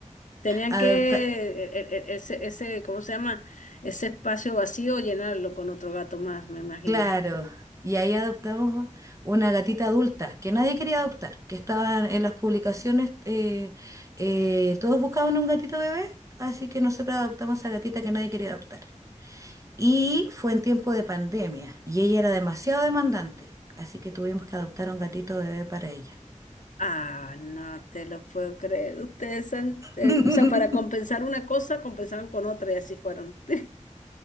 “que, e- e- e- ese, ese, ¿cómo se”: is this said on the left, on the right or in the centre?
Left